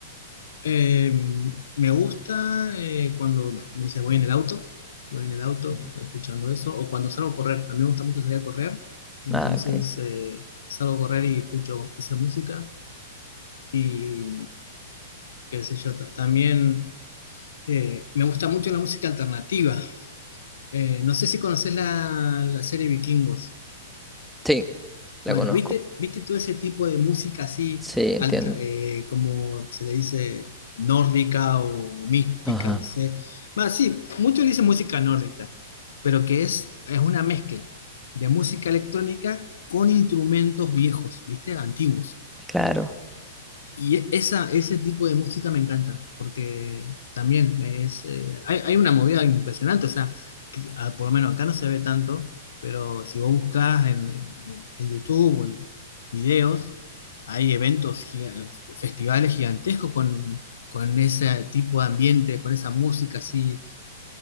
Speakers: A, on the left; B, in the centre.
A: Eh, me gusta eh, cuando, no sé, voy en el auto, voy en el auto
B: Ujú.
A: escuchando eso, o cuando salgo a correr. A mí me gusta mucho salir a correr. Entonces,
B: Ah, ok.
A: eh, salgo a correr y escucho esa música. Y qué sé yo, ta- también Eh, me gusta mucho la música alternativa. Eh, no sé si conoces la, la serie Vikingos.
B: Sí, la
A: Bueno,
B: conozco.
A: ¿viste, viste todo ese tipo de música así,
B: Sí, entiendo.
A: alta- eh, como se le dice, nórdica o mística,
B: Ajá.
A: no sé? Bueno, sí, muchos le dicen música nórdica, pero que es, es una mezcla de música electrónica con instrumentos viejos, ¿viste? Antiguos.
B: Claro.
A: Y e, esa, ese tipo de música me encanta, porque también es, eh, hay, hay una movida impresionante, o sea, que, ah, por lo menos acá no se ve tanto, pero si vos buscás en, en- en en YouTube o en videos, hay eventos, giga- festivales gigantescos con, con ese tipo de ambiente, con esa música así,